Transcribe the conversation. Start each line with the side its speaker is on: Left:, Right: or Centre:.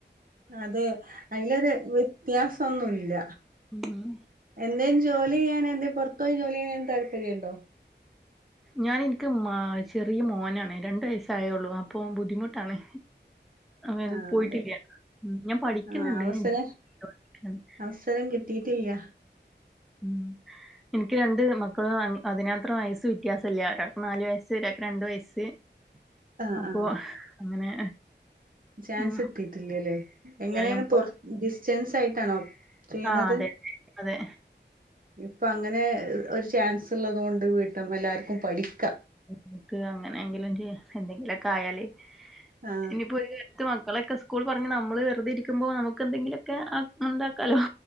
Right: അതെ അയ്ലൊര് വ്യത്യാസംന്നുല്ല.
Centre: ഉം
Right: എന്തേം ജോല്യെയ്യാൻ എന്തേം പൊർത്തോയി ജോല്യെയ്യാൻ താൽപര്യണ്ടോ?
Centre: ഞാന് ഇൻക്ക് മാ ചെറിയ മോനാണ്. രണ്ട് വയസ്സായൊള്ളു അപ്പം ബുദ്ധിമുട്ടാണ്. അവന്
Right: ആഹ്
Centre: പോയിട്ടില്ല
Right: അതെ
Centre: ഉം. ഞാൻ പഠിക്കുന്നുണ്ട്
Right: ആഹ് അവസര
Centre: ഞാൻ ചെയ്തോണ്ടിരിക്കയാണ്.
Right: അവസരം കിട്ടീട്ടില്ല്യ.
Centre: ഉം ഇൻക്ക് രണ്ട് മക്കളും അങ് അതിനാത്രം വയസ്സ് വ്യത്യാസല്യ. ഒരാൾക്ക് നാല് വയസ്സ് ഒരാക്ക് രണ്ട് വയസ്സ്.
Right: <inaudible>
Centre: അപ്പൊ
Right: ആഹ്
Centre: അങ്ങനെ.
Right: ചാൻസ്
Centre: ഉം,
Right: കിട്ടീട്ടില്ല ല്ലേ, എങ്ങനേണ്
Centre: ഞാൻ പ-
Right: പൊർ ഡിസ്റ്റൻസ് ആയിട്ടാണോ ചെയ്യുന്നത്?
Centre: ആ അതെ അതെ
Right: ഇപ്പ അങ്ങനെ ഒരു ചാൻസ് ഇള്ളതോണ്ട് വീട്ടം എല്ലാർക്കും പഠിക്കാ.
Centre: ഇൻക്ക് അങ്ങനെങ്കിലും ചെയ്യ എന്തെങ്കിലൊക്കായാല്.
Right: ആഹ്
Centre: ഇനി പോയി ക ത്ത് മക്കളെക്കെ സ്കൂൾ പറഞ്ഞ് നമ്മള് വെറുതെ ഇരിക്കുമ്പോ നമുക്ക് എന്തെങ്കിലൊക്കെ ആ ഉണ്ടാക്കാലോ.